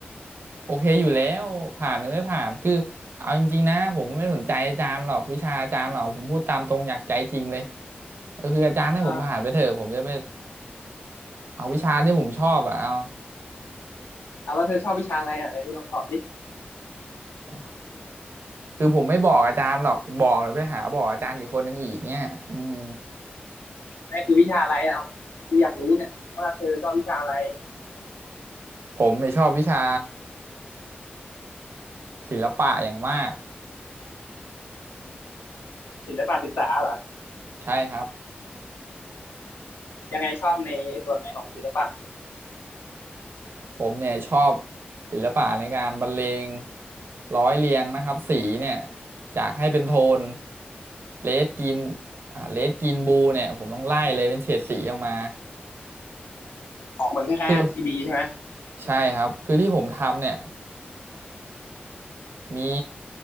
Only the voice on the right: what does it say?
โอเคอยู่แล้วผ่านหรือไม่ผ่านคือเอาจริงๆนะผมไม่ได้สนใจอาจารย์หรอกวิชาอาจารย์หรอกผมพูดตามตรงอยากใจจริงเลยก็คืออาจารย์ให้ผมผ่านไปเถอะผมจะไป
เอาวิชาที่ผมชอบอะเอา
โอ้ยคือผมไม่บอกอาจารย์หรอกบอกหรือไปหาบอกอาจารย์อีกคนนึงอีกเนี่ยอืม
ผมไม่ยชอบวิชาศิลปะอย่างมาก
ใช่ครับ
ผมเนี่ยชอบศิลปะในการบรรเลงร้อยเรียงนะครับสีเนี่ยจากให้เป็นโทนเลดกินอ่าเลดกินบูเนี่ยผมต้องไล่เลยเป็นเฉดสีออกมา
คือ
ใช่ครับคือที่ผมทำเนี่ยมี